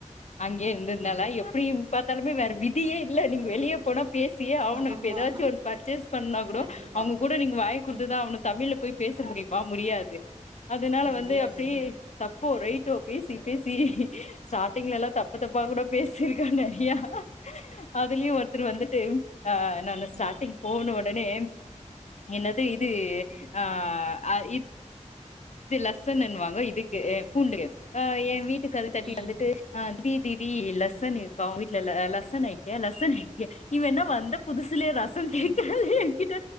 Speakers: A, on the left (about 65°); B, on the right (about 40°).
A: அங்யே இருந்தத்னால
B: ம்
A: எப்டியும் பாத்தாலு வேற விதியே இல்ல நீங்க வெளிய போனா பேசியே ஆவுனு
B: ஆமா
A: இப்ப எதாச்சு ஒன் பர்சேஸ் பண்ணா குடொ
B: கண்டிப்பா
A: அவுங்க கூட நீங்க வாய குடுத்துதா
B: ம்
A: ஆவுனு தமிழ்ல போய் பேச முடியுமா முடியாது அதுனால
B: முடியாது
A: வந்து பே தப்போ ரை டோ பேசி பேசி ஸ்டார்ட்டிங்லல்லா தப்பு தப்பா கூட பேசிருக்க நறியா அதுலயு ஒருத்தர் வந்துட்டு ஆ நானு ஸ்டார்டிங்
B: ம்
A: போன ஒ டனே என்னது இது ஆ அ இ து லஸ்ஸன்னுன் வாங்க இதுக்கு அ பூண்டுகு ஆ
B: ம்
A: ஏ வீட்டு கதவு தட்டி
B: ம்
A: வந்துட்டு அ தீ தி லஸ்ஸன்
B: ம்
A: இருக்கா வீட்ல ல லஸ்ஸன் ஏக்ய லஸ்ஸன் ஹேக்ய இவ என்ன வந்த புது சுலே ரச கேக்குறாளே
B: ம்
A: எங்கிட்ட